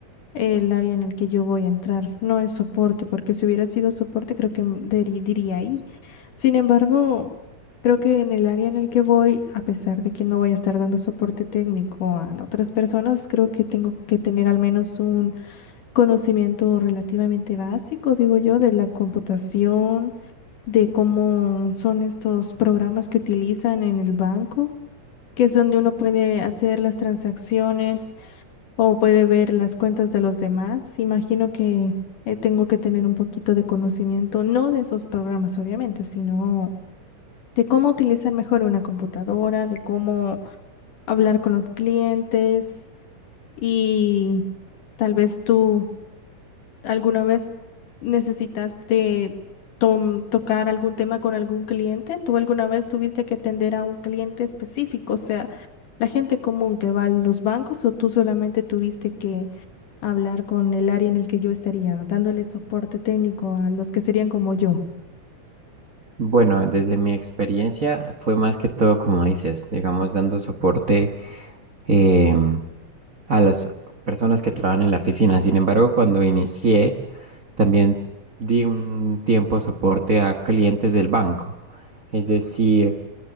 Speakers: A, on the left; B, on the right.
A: El área en el que yo voy a entrar no es soporte, porque si hubiera sido soporte, creo que m- deri- diría ahí. Sin embargo, creo que en el área en el que voy, a pesar de que no voy a estar dando soporte técnico a otras personas, creo que tengo que tener al menos un conocimiento relativamente básico, digo yo, de la computación, de cómo son estos programas que utilizan en el banco, que es donde uno puede hacer las transacciones o puede ver las cuentas de los demás. Imagino que eh, tengo que tener un poquito de conocimiento, no de esos programas, obviamente, sino de cómo utilizar mejor una computadora, de cómo hablar con los clientes y tal vez tú alguna vez necesitaste tom- tocar algún tema con algún cliente. ¿Tú alguna vez tuviste que atender a un cliente específico, o sea, la gente común que va a los bancos o tú solamente tuviste que hablar con el área en el que yo estaría, dándole soporte técnico a los que serían como yo.
B: Bueno, desde mi experiencia fue más que todo como dices, digamos, dando soporte em, a las personas que trabajan en la oficina. Sin embargo, cuando inicié, también di un tiempo soporte a clientes del banco. Es decir,